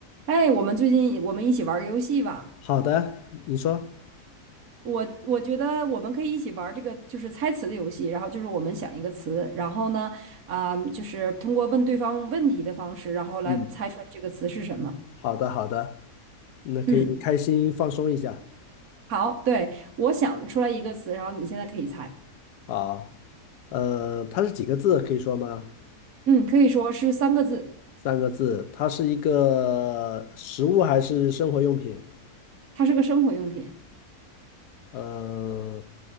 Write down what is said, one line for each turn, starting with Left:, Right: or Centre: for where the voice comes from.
Right: 哎，我们最近我们一起玩个游戏吧。
Left: 好的，你说，
Right: 我我觉得我们可以一起玩这个就是猜词的游戏，然后就是我们想一个词，然后呢，啊、就是通过问对方问题的方式，然后来猜出来这个词是什么。
Left: 嗯，好的，好的，那可以开心放松一下。
Right: 嗯，好，对，我想出来一个词，然后你现在可以猜。
Left: 好，呃，它是几个字？可以说吗？
Right: 嗯，可以说是三个字，
Left: 三个字。它是一个食物还是生活用品？
Right: 它是个生活用品
Left: 呃，